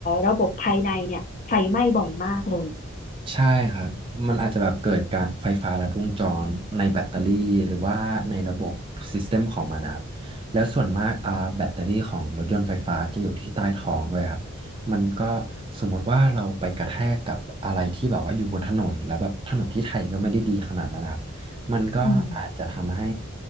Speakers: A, on the left (about 35°); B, on the right (about 25°).
A: ระบบภายในเนี่ยไฟไหม้บ่อยมากเลย
B: ใช่ครับมันอาจจะแบบเกิดการไฟฟ้าลัดวงจรในแบตเตอรี่หรือว่าในระบบซิสเต็มของมันนะครับแล้วส่วนมากอ่าแบตเตอรี่ของรถยนต์ไฟฟ้าจะอยู่ที่ใต้ท้องด้วยครับมันก็สมมติว่าเราไปกระแทกกับอะไรที่แบบว่าอยู่บนถนนแล้วแบบถนนที่ไทยก็ไม่ได้ดีขนาดนั้นนะครับมันก็อาจจะทำให้
A: อืม